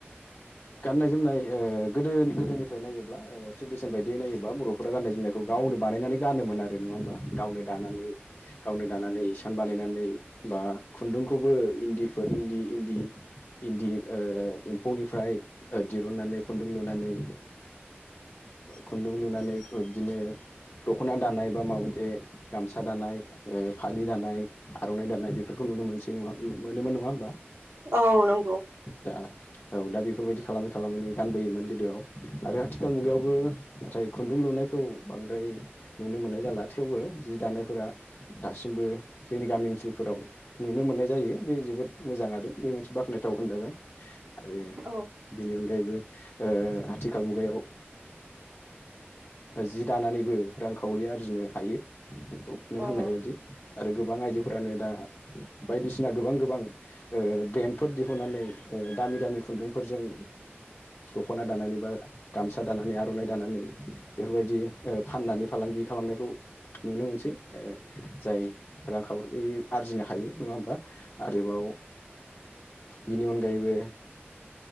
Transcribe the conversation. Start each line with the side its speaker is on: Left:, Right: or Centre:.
Left: गाननाय जोमनाय गोदो गोदोनिफ्राय नायोब्ला ट्रेडिसन बायदियै नायोबा बर'फोरा गाननाय जोमनायखौ गावनो बानायनानै गानोमोन आरो नङा होमबा गाव नो दानानै गावनो दानानै इसान बानायनानै बा खुन्दुंखौबो इन्दिफोर इन्दि इन्दि इन्दि एम्फौनिफ्राय दिरुननानै खुन्दुं लुनानै खुन्दुं लुनानै बिब्दिनो दख'ना दानाय बा माबा मोनसे गामसा दानाय फालि दानाय आर'नाइ दानाय बेफोरखौ नुनो मोनसै नङा मोनोमोन नङा होमबा
Right: औ नंगौ
Left: दा औ दा बेफोरबायदि खालामै खालामैनो गानबोयोमोन गोदोआव आरो आथिखाल मुगायावबो नाथाय खुन्दुं लुनायखौ बांद्राय नुनो मोननाय जाला थेवबो जि दानायफोरा दासिमबो जोंनि गामि ओनसोलफोराव नुनो मोननाय जायो बे जोबोद मोजां आरो बे मोनसे बाख्नायथाव होनजागोन आरो
Right: औ
Left: बेनि अनगायैबो आथिखाल मुगायाव जि दानानैबो रांखावरि आरजिनो हायो बेखौ नों
Right: उम
Left: होननाय बायदि आरो गोबां आइजोफोरानो दा बायदिसिना गोबां गोबां ब्रेन्डफोर दिहुननानै दामि दामि खुन्दुंफोरजों दख'ना दानानै बा गामसा दानानै आर'नाइ दानानै बेफोरबायदि फाननानै फालांगि खालामनायखौ नुनो मोनसै जाय रांखावरि आरजिनो हायो नङा होमबा आरोबाव बेनि अनगायैबो